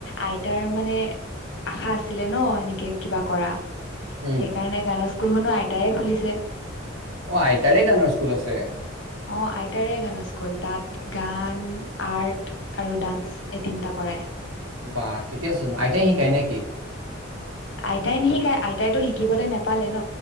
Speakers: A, on the left; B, on the right.
A: আইতাৰ মানে আশা আছিলে ন' এনেকে কিবা কৰা, সেইকাৰণে
B: উম
A: গানৰ স্কুলখনো আইতায়ে খুলিছে।
B: অ' আইতাৰে গানৰ স্কুল আছে।
A: অ আইতাৰে গানৰ স্কুল তাত গান, আৰ্ট আৰু ডান্স এই তিনটা কৰাই।
B: বাহ ঠিকে আছেচুন আইতাই শিকাই নেকি?
A: আইতাই নিশিকায় আইতাইতো শিকিবলৈ নোপালে ন।